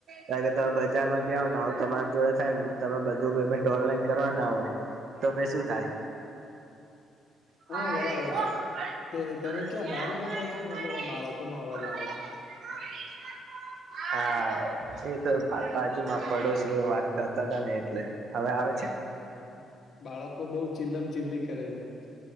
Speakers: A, on the right (about 65°); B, on the left (about 55°).
A: કારણ કે તમે બજારમાં ગયા હો ને આવું તમારી જોડે થાય ને તમે બધું પેમેન્ટ ઓનલાઈન કરવા ના હોય તો ભાઈ શું થાય હા
B: હા બરાબર છે, તે તમે ક્યાં બહાર બેઠા છો? મતલબ આ બાળકો નો અવાજ આવે છે.
A: હા એ તો બાજુમાં પડોશી વાત કરતા હતાા ને એટલે હવે આવે છે.
B: હા બાળકો બઉ ચીલમ ચીલી કરે છે.